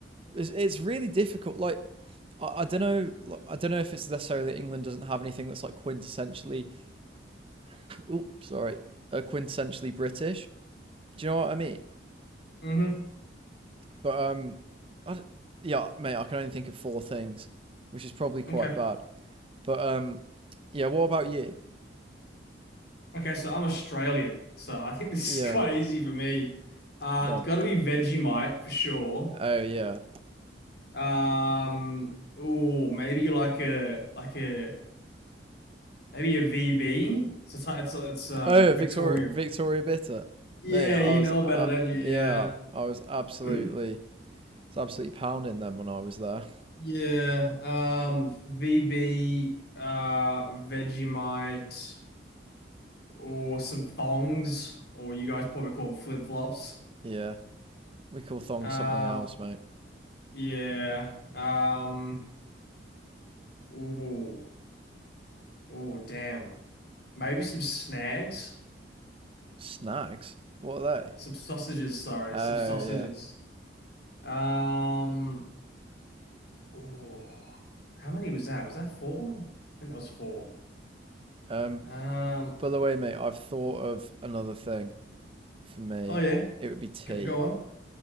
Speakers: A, on the right (about 30°); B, on the left (about 60°).
A: It's it's really difficult. Like I, I don't know. like, I don't know if it's necessarily that England doesn't have anything that's like quintessentially. Oops, sorry, uh, quintessentially British. Do you know what I mean?
B: hmm
A: But um, I, yeah, mate. I can only think of four things, which is probably quite
B: Okay.
A: bad. But um, yeah. What about you?
B: Okay, so I'm Australian, so I think <laughs> this
A: Yeah,
B: is quite easy for me. Uh,
A: go
B: it's
A: on.
B: got to be Vegemite for sure.
A: Oh yeah.
B: Um, oh, maybe like a like a maybe a VB. It's a, ty- it's a- it's um
A: Oh Victoria
B: Victoria.
A: Victoria Bitter.
B: Yeah,
A: Mate, I
B: you
A: was
B: know
A: uh,
B: about it, don't you? Yeah.
A: yeah, I was absolutely
B: <clears throat>
A: It's absolutely pounding them when I was there.
B: Yeah, um, VB, uh, Vegemite. or some thongs, or you guys probably call them flip-flops.
A: Yeah, we call thongs
B: Um,
A: something else, mate.
B: yeah. Um, ooh, ooh, damn. Maybe some snags,
A: Snags? What are they?
B: some sausages. Sorry,
A: Oh
B: some sausages.
A: yeah.
B: Um, oh, how many was that? Was that four? I think that was four.
A: Um,
B: Um,
A: by the way, mate, I've thought of another thing for me.
B: oh yeah,
A: It would be tea.
B: go, go on.